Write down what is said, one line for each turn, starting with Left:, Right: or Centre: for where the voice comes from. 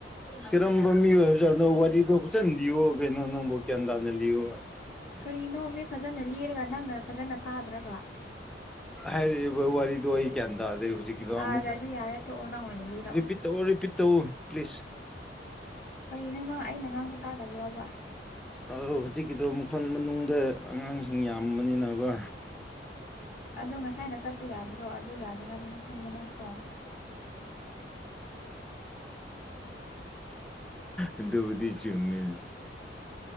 Centre: ꯀꯔꯝꯕ ꯃꯤ ꯍꯥꯏꯕꯖꯥꯠꯅꯣ ꯋꯥꯔꯤꯗꯣ ꯐꯖꯅ ꯂꯤꯌꯣ ꯀꯩꯅꯣ ꯅꯪꯕꯨ꯫ ꯭ꯒꯌꯥꯟ ꯇꯥꯅ ꯂꯤꯌꯣꯕꯥ
Left: ꯀꯔꯤꯅꯣ ꯃꯤ ꯐꯖꯅꯥ ꯂꯤꯔꯒ ꯅꯪꯅꯥ ꯐꯖꯅꯥ ꯇꯥꯗ꯭ꯔꯒꯥ꯫
Centre: ꯍꯥꯏꯔꯤꯕꯥ ꯋꯥꯔꯤꯗꯨ ꯑꯩ ꯒꯌꯥꯟ ꯇꯥꯗꯦ ꯍꯧꯖꯤꯛꯀꯤꯗꯣ
Left: ꯇꯥꯗ꯭ꯔꯗꯤ
Centre: ꯑꯃꯨꯛ
Left: ꯌꯥꯔꯦ ꯇꯣꯛꯑꯣ ꯅꯪ ꯑꯣꯏꯅ ꯂꯤꯔꯛꯑꯣ
Centre: ꯔꯤꯄꯤ ꯇꯧꯑꫭ ꯔꯤꯄꯤꯠ ꯇꯧꯎ ꯄ꯭ꯂꯤꯁ꯫
Left: ꯀꯔꯤꯅꯣ ꯅꯪ ꯑꯩꯅ ꯉꯥꯡꯕ ꯇꯥꯗꯕ꯭ꯔꫭꯕꯥ꯫
Centre: ꯑꯧ ꯍꯧꯖꯤꯛꯀꯤꯗꯣ ꯃꯈꯣꯟ ꯃꯅꯨꯡꯗ ꯑꯉꯥꯡꯁꯤꯡ ꯌꯥꯝꯕꯅꯤꯅ ꯀꯣ꯫
Left: ꯑꯗꯨ ꯉꯁꯥꯏꯅ ꯆꯠꯄ ꯌꯥꯗ꯭ꯔꯣ ꯑꯗꯨ ꯌꯥꯗꯦ ꯍꯥꯏꯕꯗꯨ ꯅꯪ ꯈꯪꯕ ꯅꯠꯇ꯭ꯔꯣ
Centre: ꯑꯗꯨꯕꯨꯗꯤ ꯆꯨꯝꯃꯤꯅꯤ